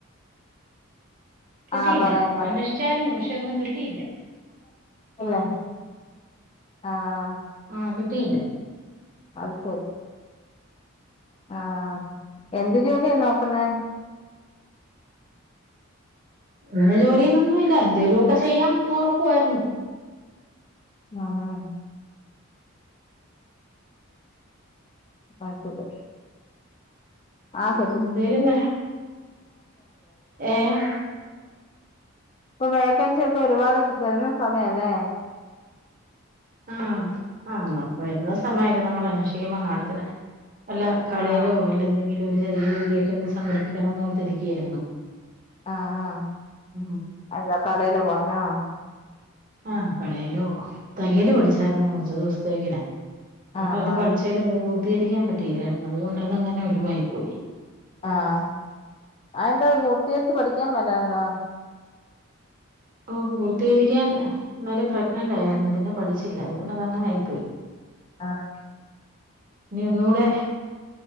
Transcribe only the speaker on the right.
കിട്ടീല
അന്വേഷിച്ചാര്ന്നു പക്ഷെ ഒന്നും കിട്ടിയില്ല
ആഹ്
ആഹ് കിട്ടിയില്ല
ഇന്ന ജോലിയെന്നൊന്നുവില്ല എന്തേലുവൊക്ക ചെയ്യാം എന്നോർക്കുവാര്ന്നു
ആഹ് എന്തേലും ഏഹ്
ആഹ് ആന്നാപ്പ വരുന്ന സമയാലും നമ്മള് അന്വേഷിക്കുമ്പോ കാണത്തില്ല വല്ല കടേലോ
വല്ല എന്തെങ്കിലും ഒരു ചെറിയ ജോലിയെക്കെ ഒന്ന് സംഘടിപ്പിക്കണന്നോർത്തിരിക്കേരുന്നു
ഉം
ആഹ് കടയിലോ തയ്യല് പഠിച്ചാര്ന്ന് കൊറച്ച് ദെവസത്തേക്കിന്
അപ്പ അത്
പഠിച്ച് തേലും അത് പൂർത്തീകരിക്കാ പറ്റിയില്ലായിരുന്നു അതുകൊണ്ട് അതങ്ങനെ ഒഴിവായിപ്പോയി
ഓ പൂർത്തീകരിക്കാൻ അന്നേരം പ്രെഗ്നന്റായാരുന്ന് പിന്നെ പഠിച്ചില്ല അതുകൊണ്ട് അതങ്ങനായിപ്പോയി
ഇനി ഒന്നൂടെ